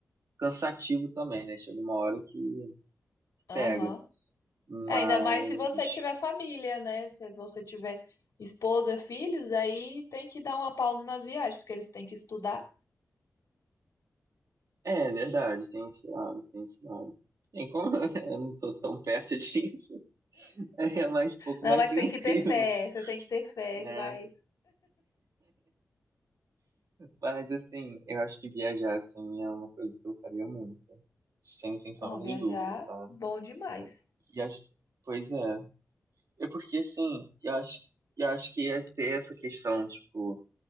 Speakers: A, on the right; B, on the left.
A: cansativo também, né? Chega uma hora que
B: Aham.
A: pega. Mas,
B: É, Ainda mais se você tiver família, né? Se você tiver esposa, filhos, aí tem que dar uma pausa nas viagens, porque eles têm que estudar.
A: é verdade, tem esse lado, tem esse lado. Bem, como <laughs> eu não tô tão perto disso, <laughs> é mais um pouco
B: Não,
A: mais
B: mas
A: tranquilo,
B: tem que ter fé, você tem que ter fé
A: né?
B: que vai.
A: Mas, assim, eu acho que viajar, assim, é uma coisa que eu faria muito, sem, sem sombra
B: Não, viajar,
A: de dúvida, sabe?
B: bom demais.
A: E acho, pois é. É porque, assim, eu acho, eu acho que ia ter essa questão, tipo,